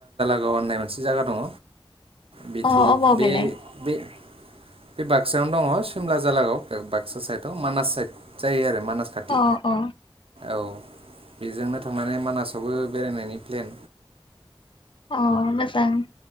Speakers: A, on the right; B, on the left.
A: द होननाय मोनसे जायगा दङ बे
B: अ
A: थिग
B: अबाव
A: बे
B: बेलाय
A: बे बे बाक्सायावनो दङ सिमला जालागाव बाक्सा साइद मानास साइद जायो आरो। मानास खाथि
B: अ अ
A: औ। बेजोंनो थांनानै मानासावबो बेरायनायनि प्लेन
B: अ मोजां